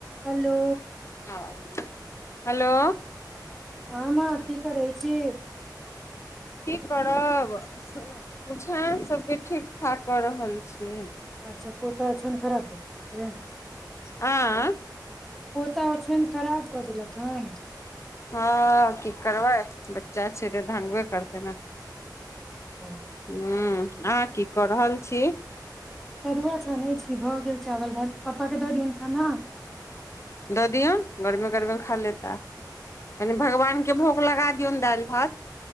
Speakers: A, in the centre; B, on the left.
A: हेलो
B: <unintelligible> हेलो
A: हँ माँ की करै छी
B: की करब स ओछैन सबके ठीक ठाक करऽ रहल छि
A: अच्छा पोता छन खराप <unintelligible> ते
B: आँ
A: पोता ओछाईन खराप कऽ देलक हन
B: हँ की करबै बच्चा छै ते धंगबे करतै ने
A: हँ
B: उँ अहाँ की कऽ रहल छी
A: तरुआ छानै छी भऽ गेल चावल भात पपाके दऽ दियनि खाना
B: दऽ दियऔन गरमे गरमे खा लेता कनि भगवान के भोग लगा दिऔन दाल भात